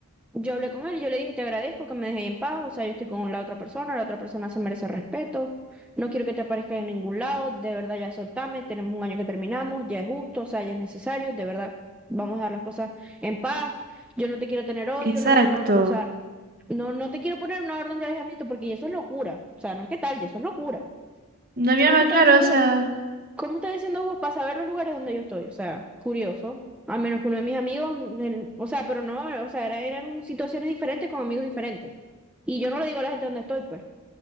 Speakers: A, in the centre; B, on the right.
A: Yo hablé con él y yo le dije, te agradezco que me dejéis en paz, o sea, yo estoy con la otra persona, la otra persona se merece respeto, no quiero que te aparezca en ningún lado, de verdad ya soltame, tenemos un año que terminamos, ya es justo, o sea, ya es necesario, de verdad, vamos a dar las cosas en paz, yo no te quiero tener odio,
B: exacto.
A: no, no, o sea, no, no te quiero poner una orden de alejamiento porque eso es locura, o sea, no es que tal, ya eso es locura.
B: No, mi
A: ¿Cómo
B: alma,
A: estás
B: claro,
A: haciendo
B: o sea,
A: ¿Cómo estás diciendo vos para saber los lugares donde yo estoy? O sea, curioso. A menos que uno de mis amigos, el- o sea, pero no, o sea, era- eran situaciones diferentes con amigos diferentes. Y yo no le digo a la gente dónde estoy, pues.